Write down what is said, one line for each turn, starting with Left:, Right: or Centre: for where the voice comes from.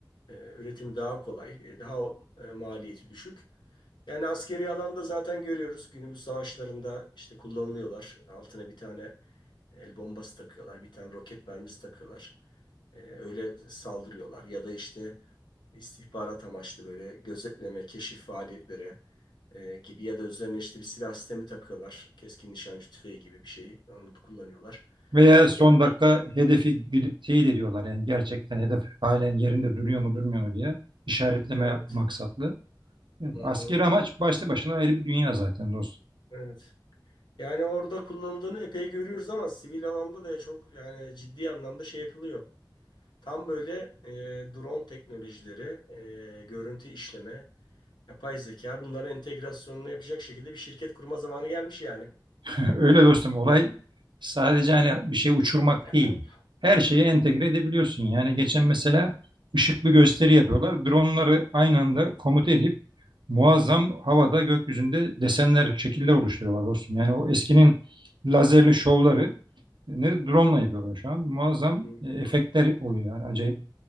Left: Ee, üretimi daha kolay, e, daha e, maliyeti düşük. Yani askeri alanda zaten görüyoruz günümüz savaşlarında işte kullanılıyorlar. Altına bir tane El bombası takıyorlar, bir tane roket mermisi takıyorlar. E, öyle saldırıyorlar. Ya da işte istihbarat amaçlı böyle gözetleme, keşif faaliyetleri e, gibi ya da üzerine işte bir silah sistemi takıyorlar. Keskin nişancı tüfeği gibi bir şey. Onu da kullanıyorlar.
Right: Veya son
Left: Yani
Right: dakika hedefi gidip teyit ediyorlar. Yani gerçekten hedef halen yerinde duruyor mu durmuyor mu diye işaretleme
Left: evet.
Right: maksatlı. Evet,
Left: Hı
Right: askeri
Left: hı.
Right: amaç başta başına ayrı bir dünya zaten dostum.
Left: Evet. Yani orada kullanıldığını epey görüyoruz ama sivil alanda da çok yani ciddi anlamda şey yapılıyor. Tam böyle e, drone teknolojileri, e, görüntü işleme, Yapay zeka bunların entegrasyonunu yapacak şekilde bir şirket kurma zamanı gelmiş yani.
Right: <laughs> Öyle dostum olay sadece hani bir şey uçurmak
Left: <clears throat>
Right: değil. Her şeyi entegre edebiliyorsun. Yani geçen mesela ışıklı gösteri yapıyorlar. Dronları aynı anda komuta edip muazzam havada gökyüzünde desenler, şekiller oluşturuyorlar dostum. Yani o eskinin lazerli şovları ne drone yapıyorlar şu an. Muazzam
Left: Hı hı,
Right: e, efektler oluyor yani acayip.